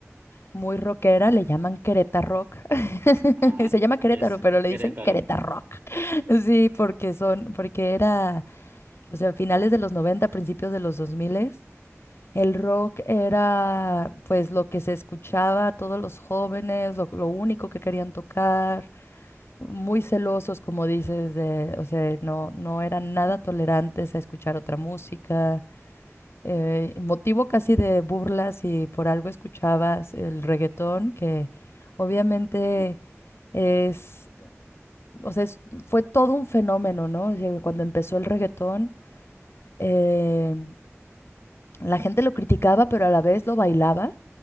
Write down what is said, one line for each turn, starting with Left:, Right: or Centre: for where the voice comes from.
Left: muy rockera, le llaman Querétaro Rock. <laughs>
Right: Ah,
Left: Se llama Querétaro,
Right: es
Left: pero le
Right: Querétaro.
Left: dicen Querétaro Rock. <laughs> Sí, porque son, porque era, o sea, finales de los 90 principios de los 2000, el rock era pues lo que se escuchaba a todos los jóvenes, lo, lo único que querían tocar. muy celosos, como dices, de, o sea, no, no eran nada tolerantes a escuchar otra música, eh, motivo casi de burlas y por algo escuchabas el reggaetón, que obviamente
Right: Ujú,
Left: es, o sea, es- fue todo un fenómeno, ¿no? O sea, cuando empezó el reggaetón, eh, la gente lo criticaba, pero a la vez lo bailaba.